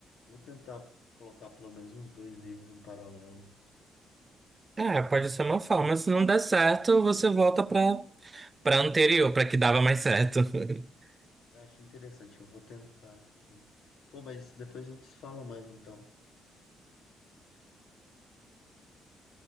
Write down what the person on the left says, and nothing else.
Vou tentar colocar pelo menos uns dois livros em paralelo.
Hum.
Eu acho interessante, eu vou tentar aqui. Pô, mas depois a gente se fala mais então.